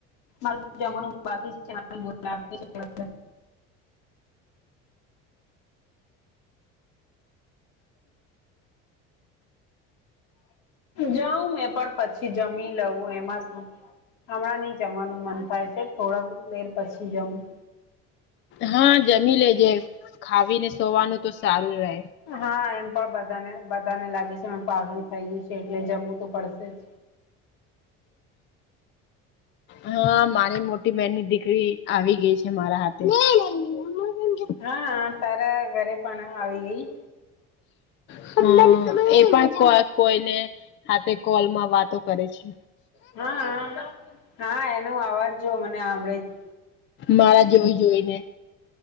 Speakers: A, on the left; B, on the left.
A: માર જમવાનું બાકી છે મને બોલાવતી જે જાઉં મેં પણ પછી પછી જમી લવું એમાં શું હમણાં નઈ જમવાનું મન થાય થોડાક વાર પછી જમુ.
B: હા જમી લેજે ખાયને સોવાનું તો સારૂ રહે.
A: હા એમ પણ બધાને લાગે છે હુ પાતડી થય ગય છે એટલે જમવું તો પડશે જ.
B: હા મારી મોટી બહેનની દીકરી આવી ગઈ છે. મારા હાથે હમ
A: હા તારા ઘરે પણ આવી ગય
B: હા એ પણ કોઈ કોઈને. હા તે કોલમાં વાતો કરે છે.
A: હા. હા એનો અવાજ જો મને આવડે છે.
B: મારા જોઈ જોઈ ને